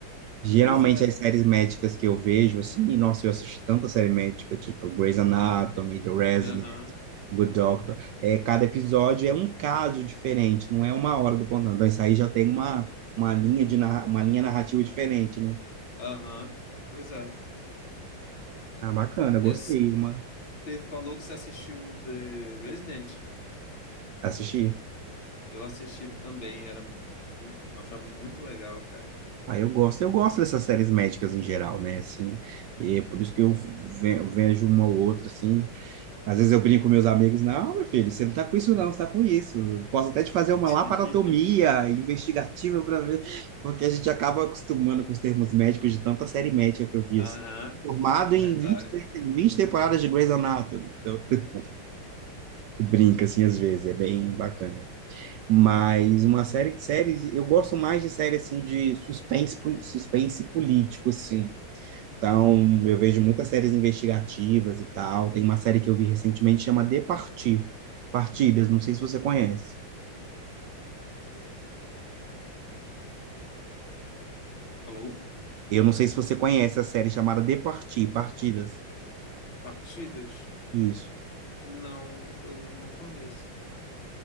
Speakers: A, on the right (about 70°); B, on the left (about 70°).
A: geralmente
B: pois é,
A: as séries médicas que eu vejo, assim, nossa, eu assisti tanta série médica, tipo Grey's Anatomy, The Resident,
B: aham,
A: Good Doctor, é, cada episódio é um caso diferente, não é uma hora do plantão. Então, isso aí já tem uma, uma linha de narra- uma linha narrativa diferente, né?
B: aham, pois é.
A: Ah, bacana, gostei,
B: É,
A: uma,
B: você falou que você assistiu The Resident?
A: assisti.
B: Eu assisti também, era, mu- mu- eu achava muito legal, cara.
A: Ah, eu gosto, eu gosto dessas séries médicas em geral, né? Assim, e é por isso que eu ve- vejo uma ou outra, assim, Às vezes eu brinco com meus amigos, não, meu filho, você não tá com isso, não, você tá com isso. Eu Posso até te fazer uma laparotomia
B: <laughs>
A: investigativa para ver, porque a gente acaba acostumando com os termos médicos de tanta série médica que eu vi.
B: Aham,
A: Assim. Formado em
B: verdade.
A: 20 em 20 temporadas de Grey's Anatomy. Então, a gente brinca, assim, às vezes, é bem bacana. Mas uma série, séries, eu gosto mais de série, assim, de suspense, suspense político, assim. Então, eu vejo muitas séries investigativas e tal. Tem uma série que eu vi recentemente chama De Partir. Partidas, não sei se você conhece.
B: Alô?
A: Eu não sei se você conhece a série chamada De Partir, Partidas.
B: Partidas?
A: Isso.
B: Não, eu não conheço.